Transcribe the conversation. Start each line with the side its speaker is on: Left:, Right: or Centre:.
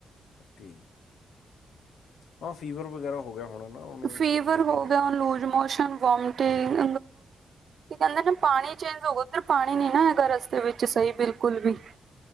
Left: ਓਕੇ, ਔ ਫੀਵਰ ਵਗੈਰਾ ਹੋ ਗਿਆ। ਹੋਣਾ ਨਾ ਉਹਨੂੰ
Right: ਫੀਵਰ
Left: ਗਰਮੀ ਦੇ
Right: ਹੋ
Left: ਨਾਲ
Right: ਗਿਆ, ਲੂਜ਼ ਮੋਸ਼ਨ ਵੋਮਟਿੰਗ ਕੀ ਕਹਿੰਦੇ ਨਾ ਪਾਣੀ ਚੇਂਜ ਹੋਗਾ, ਉਧਰ ਪਾਣੀ ਨੀ ਨਾ ਹੈਗਾ, ਰਸਤੇ ਵਿੱਚ ਸਹੀ ਬਿਲਕੁਲ ਵੀ।